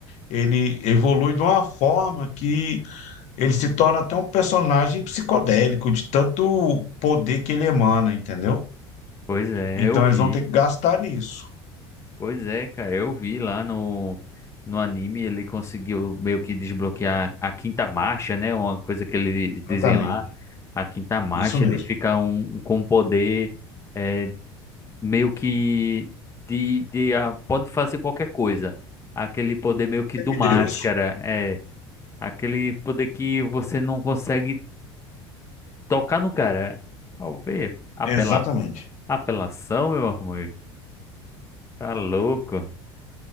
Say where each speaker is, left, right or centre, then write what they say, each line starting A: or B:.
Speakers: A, on the left; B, on the left.
A: ele evolui de uma forma que ele se torna até um personagem psicodélico, de tanto poder que ele emana, entendeu?
B: Pois é,
A: Então
B: eu vi.
A: eles vão ter que gastar nisso.
B: Pois é, cara, eu vi lá no, no anime, ele conseguiu meio que desbloquear a quinta marcha, né? Uma coisa que eles dizem
A: Exatamente.
B: lá, a quinta marcha,
A: Isso mesmo.
B: ele fica um, um- com um poder é, meio que de, de ah, pode fazer qualquer coisa. Aquele poder meio que
A: Semideus.
B: do máscara, é aquele poder que você não consegue tocar no cara. Ao ver, apela,
A: Exatamente.
B: apelação, meu amigo, tá louco.